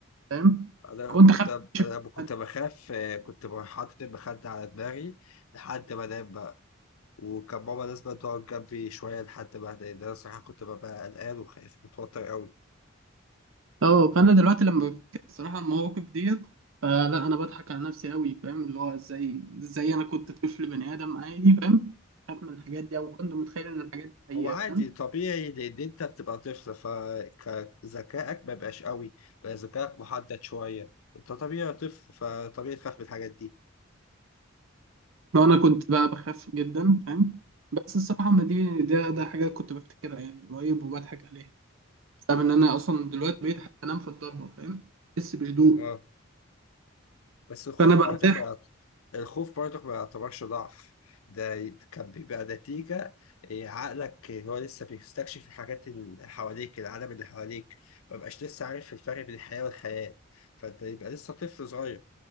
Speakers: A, on the right; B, on the left.
A: فاهم
B: انا
A: كنت
B: كنت
A: خايف أكتشف
B: انا كنت
A: الحاجة.
B: بخاف آه، كنت حاطط المخده على دماغي لحد ما انام بقى. وكان ماما لازم تقعد جنبي شوية لحد ما أهدى، لأن أنا صراحة كنت ببقى قلقان وخايف متوتر أوي،
A: اه فانا دلوقتي لما بفتكر الصراحه المواقف ديت فلا انا بضحك على نفسي قوي فاهم اللي هو ازاي ازاي انا كنت طفل بني ادم عادي فاهم بخاف من الحاجات دي او كنت متخيل ان الحاجات دي حقيقه
B: هو عادي
A: فاهم
B: طبيعي لأن أنت بتبقى طفل فذكائك ما بيبقاش أوي، بقى ذكائك محدد شوية، أنت طبيعي طفل فطبيعي تخاف من الحاجات دي.
A: لو انا كنت بقى بخاف جدا فاهم بس الصراحه ما دي ده ده حاجه كنت بفتكرها يعني قريب وبضحك عليها فاهم ان انا اصلا دلوقتي بقيت حتى انام في الضلمه فاهم بحس بهدوء
B: اه بس الخوف
A: فانا برتاح
B: برضه ما يعت- الخوف برضه ما يعتبرش ضعف ده ي- كان بيبقى نتيجة إيه، عقلك هو لسه بيستكشف الحاجات اللي حواليك العالم اللي حواليك ما بقاش لسه عارف الفرق بين الحياة والخيال فانت يبقى لسه طفل صغير